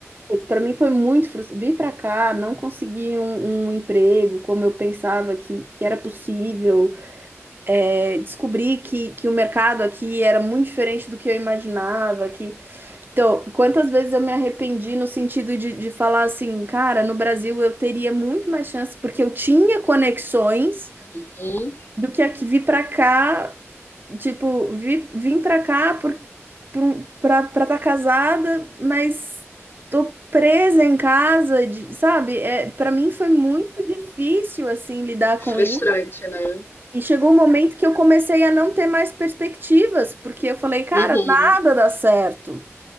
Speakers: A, on the right; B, on the left.
A: para mim foi muito frustrante. Vim para cá, não consegui um, um emprego como eu pensava que, que era possível. é, descobri que, que o mercado aqui era muito diferente do que eu imaginava, que... Então, quantas vezes eu me arrependi no sentido de, de falar assim, cara, no Brasil eu teria muito mais chance, porque eu tinha conexões
B: Uhum.
A: do que aqui vir pra cá, tipo, vi, vim pra cá por, por, um- pra, pra tá casada, mas tô presa em casa, de- sabe? É, para mim foi muito difícil, assim, lidar
B: Frustrante,
A: com
B: né?
A: e chegou um momento que eu comecei a não ter mais perspectivas, porque eu falei, cara,
B: Uhum.
A: nada dá certo.